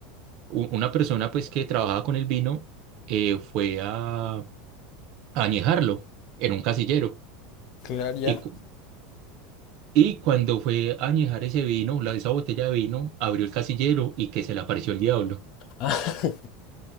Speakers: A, on the right (about 60°); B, on the left (about 55°).
A: u- una persona pues que trabajaba con el vino eh, fue a, a añejarlo en un casillero.
B: Claro, ya.
A: Y, cu- y cuando fue a añejar ese vino, la, esa botella de vino, abrió el casillero y que se le apareció el diablo.
B: <laughs>